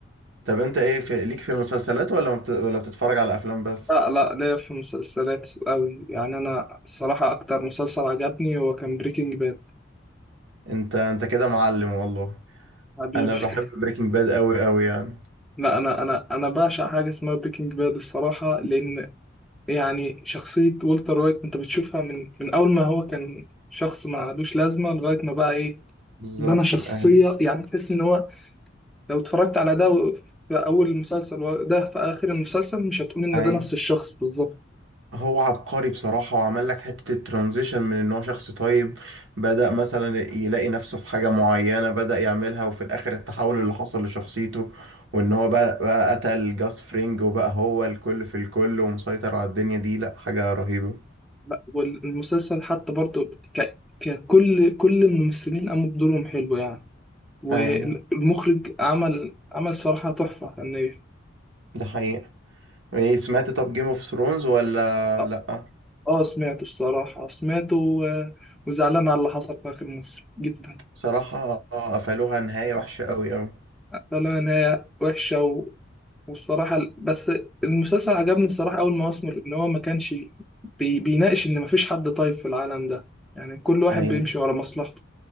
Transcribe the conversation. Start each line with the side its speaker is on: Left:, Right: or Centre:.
Right: طب انت ايه في ليك في المسلسلات ولا ما بت... ولا بتتفرج على افلام بس
Centre: لا لا ليا في مسلسلات قوي يعني انا الصراحه اكتر مسلسل عجبني هو كان بريكنج باد
Right: انت انت كده معلم والله
Centre: حبيبي
Right: انا بحب
Centre: <laughs>
Right: بريكنج باد قوي قوي يعني
Centre: لا انا انا انا بعشق حاجه اسمها بريكنج باد الصراحه لان يعني شخصيه والتر وايت انت بتشوفها من من اول ما هو كان شخص ما لوش لازمه لغايه ما بقى ايه
Right: بالظبط
Centre: بنى شخصيه
Right: ايوه
Centre: يعني تحس ان هو لو اتفرجت على ده في اول المسلسل وده في اخر المسلسل مش هتقول ان
Right: ايوه
Centre: ده نفس الشخص بالظبط
Right: هو عبقري بصراحة وعمل لك حتة الترانزيشن من ان هو شخص طيب بدأ مثلا يلاقي نفسه في حاجة معينة بدأ يعملها وفي الاخر التحول اللي حصل لشخصيته وان هو بقى, بقى قتل جاس فرينج وبقى هو الكل في الكل ومسيطر على الدنيا دي لا حاجة رهيبة
Centre: لا، والمسلسل حتى برضو ك... ككل كل الممثلين قاموا بدورهم حلو يعني والمخرج
Right: ايوه
Centre: عمل عمل صراحة تحفة يعني
Right: ده حقيقة ايه سمعت طب جيم اوف ثرونز ولا
Centre: اه
Right: لا
Centre: آه، سمعته الصراحة سمعته و... وزعلان على اللي حصل في آخر مصر جدا
Right: بصراحة آه، قفلوها نهاية وحشة قوي قوي
Centre: طلع نهاية وحشة و... والصراحة بس المسلسل عجبني الصراحة أول ما أسمر إن هو ما كانش بي... بيناقش إن مفيش حد طيب في العالم ده يعني كل واحد
Right: ايوه
Centre: بيمشي ورا مصلحته